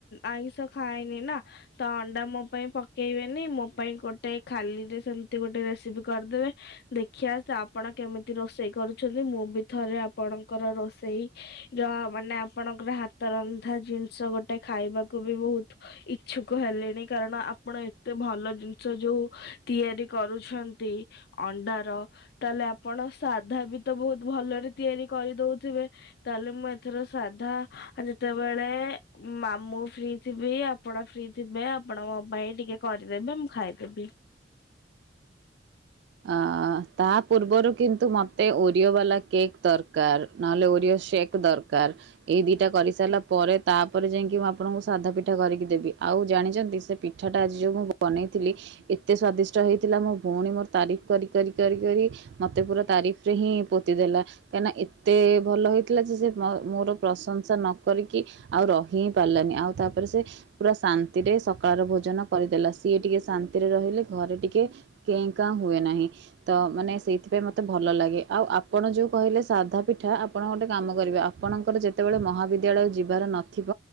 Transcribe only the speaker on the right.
ଅ ତା ପୂର୍ବରୁ କିନ୍ତୁ ମତେ ଓରିଓ ବାଲା କେକ୍ ଦରକାର ନହେଲେ ଓରିଓ ସେ କ ଦରକାର ଏଇ ଦିଟା କରିସାରିଲା ପରେ ତାପରେ ଯାଇକି ମୁଁ ଆପଣଙ୍କୁ ସାଧା ପିଠା କରିକି ଦେବି ଆଉ ଜାଣି ସେ ପିଠାଟା ଆଜି ଯୋଉ ମୁଁ ବନେଇଥିଲି ଏତେ ସ୍ଵାଦିଷ୍ଟ ହେଇଥିଲା ମୋ ଭଉଣୀ ମୋତେ ତାରିଫ କରି କରି କରି କରି ମତେ ପୁରା ତାରିଫରେ ହିଁ ପୋତି ଦେଲା କାହିଁକିନା ଏତେ ଭଲ ହୋଇଥିଲା ଯେ ସେ ମୋର ପ୍ରଂସସା ନ କରିକି ଆଉ ରହି ହିଁ ପାରିଲାନି ଆଉ ତାପରେ ସେ ପୁରା ଶାନ୍ତିରେ ସକାଳର ଭୋଜନ କରିଦେଲା ସିଏ ଟିକେ ଶାନ୍ତିରେ ରହିଲେ ଘରେ ଟିକେ କେ କା ହୁଏ ନାହିଁ ତ ମାନେ ସେଇଥିପାଇଁ ମତେ ଭଲ ଲାଗେ ଆଉ ଆପଣ ଯୋଉ କହିଲେ ସାଧା ପିଠା ଆପଣ ଗୋଟେ କାମ କରିବେ ଆପ୍ ଆପଣଙ୍କର ଯେତେବେଳେ ମହାବିଦ୍ୟାଳୟ ଯିବାର ନଥିବ